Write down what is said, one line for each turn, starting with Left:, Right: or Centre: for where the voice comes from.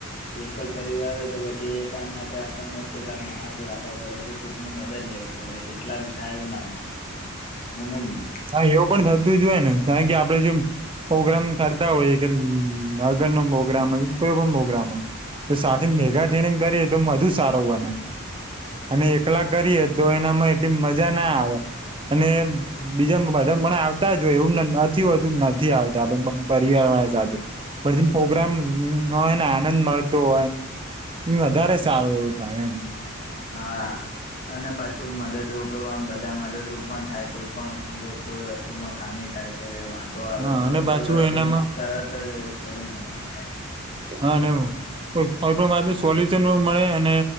Left: એકલ પરિવાર હોય તો પછી એ કામ માટે આપણને કેટલાક માણસ રાખવા પડે કે કોકની મદ દ લેવી પડે એટલાથી થાય એવું ના હોય એમજ ને
Right: હા એવું પણ થતું જ હોય ને કારણ કે આપડે જેમ પ્રોગ્રામ કરતા હોય કે લગનનો પ્રોગ્રામ હોય કોઈ પણ પ્રોગ્રામ હોય તો સાથે મેગા થઈને કરીએ તો વધુ સારુ બને. અને એકલા કરીએે તો એનામાં એટલી મજા ના આવે અને બીજા બધા મને આવતા જ હોય એવું નથી હોતું નથી આવતા પરિવારવાળા સાથે પછી પ્રોગ્રામ ન હોય ને આનંદ મળતો હોય એ વધારે સારું એવું થાય એમ
Left: હા અને પાછું મદદરૂપ એ બધા મદદરૂપ પણ થાય કોઈ પણ જો કોઈ વસ્તુમાં ખામી થાય કે વાંધો આવે
Right: હા
Left: તો
Right: અને પાછું
Left: એ વસ્તુ
Right: એનામાં
Left: નું તરત જ સોલ્યુશન મળે
Right: હા નેવ કોઈપણ વાતને સોલ્યુશન પણ મળે અને